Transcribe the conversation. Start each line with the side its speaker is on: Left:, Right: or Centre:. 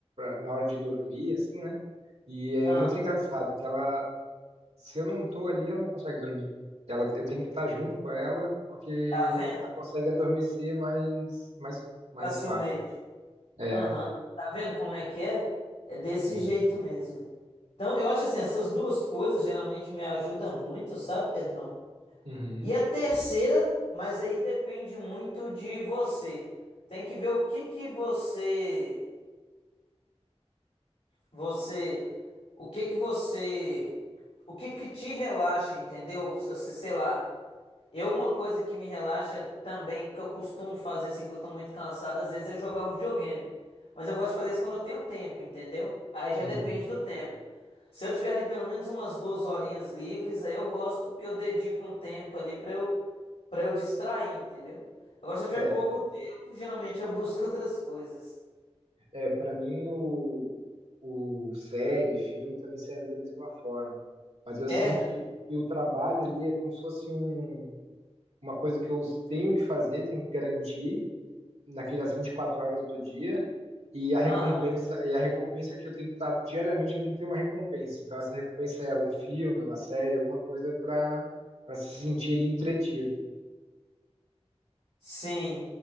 Right: na hora de dormir, assim, né? E é
Left: ah,
Right: muito engraçado que ela, se eu não tô ali, ela não consegue dormir. Ela, eu tenho que estar junto com ela porque
Left: tá vendo?
Right: ela consegue adormecer mais, mais, mais
Left: Facilmente.
Right: fácil. É.
Left: Aham. Tá vendo como é que é? É desse
Right: Uhum.
Left: jeito mesmo. hein? Então, eu acho assim, essas duas coisas geralmente me ajudam muito, sabe, Pedrão?
Right: Uhum.
Left: E a terceira, mas aí depende muito de você. Tem que ver o que que você, você, o que que você, o que que te relaxa, entendeu? Se você, sei lá, eu, uma coisa que me relaxa também, que eu costumo fazer assim, quando eu tô muito cansado, às vezes é jogar um videogame. Mas eu gosto de fazer isso quando eu tenho tempo, entendeu? Aí já
Right: Uhum.
Left: depende do tempo. Se eu tiver ali pelo menos umas duas horinhas livres, aí eu gosto, porque eu dedico um tempo ali pra eu, para eu distrair, entendeu? Agora, se eu tiver
Right: É,
Left: pouco tempo, geralmente eu <laughs> busco outras coisas.
Right: É, para mim o, o série, filme também serve da mesma forma. Mas eu
Left: É.
Right: sinto que, que o trabalho ali é como se fosse um, uma coisa que eu tenho que fazer, tenho que garantir naquelas 24 horas do dia e a recompensa
Left: Aham.
Right: e a recompensa que eu tenho que estar diariamente, eu tenho que ter uma recompensa. Então essa recompensa é um filme, é uma série, alguma coisa para para se sentir ali entretido.
Left: Sim.